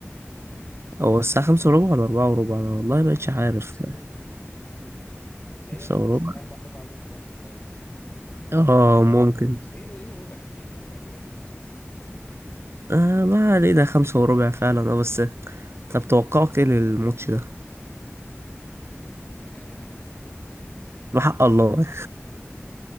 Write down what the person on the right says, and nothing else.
أو الساعة خمسة وربع ولا أربعة وربع أنا والله مبقتش
عارف
خمسة
وربع
اه
ممكن
آه ما علينا خمسة وربع فعلا اه بس طب توقعك ايه للماتش ده
بحق الله